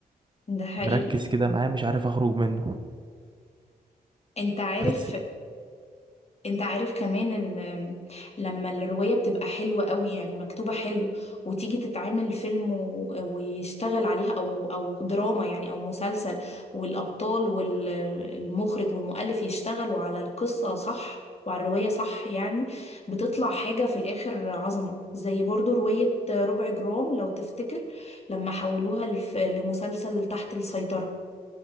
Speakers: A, on the left; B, on the right.
A: ده حقيقي
B: مركز كده معاه مش عارف اخرج منه
A: انت عارف
B: بس
A: انت عارف كمان ان لما الرواية بتبقى حلوة قوي يعني مكتوبة حلو وتيجي تتعمل فيلم و... ويشتغل عليها او او دراما يعني او مسلسل والابطال والمخرج والمؤلف يشتغلوا على القصة صح وعلى الرواية صح يعني بتطلع حاجة في الآخر عظمة زي برضو رواية ربع جرام لو تفتكر لما حولوها لف- لمسلسل تحت السيطرة